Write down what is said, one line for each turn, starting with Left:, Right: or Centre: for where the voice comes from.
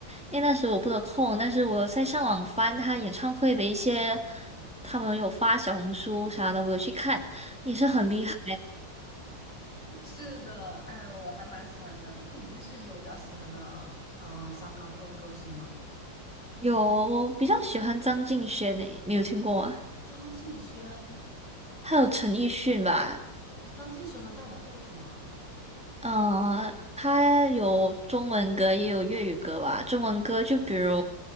Centre: 因为那时候我不得空。但是我在上网翻他演唱会的一些，他们有发小红书啥的，我有去看，也是很厉害。
Left: 是的，哎，我还蛮喜欢他的。那你就是有比较喜欢的呃香港那边的歌星吗？
Centre: 有，我比较喜欢张敬轩诶，你有听过吗？
Left: 张敬轩，
Centre: 还有陈奕迅吧，
Left: 张敬轩的代表作是什么啊？
Centre: 呃，他有中文歌，也有粤语歌吧。中文歌就比如，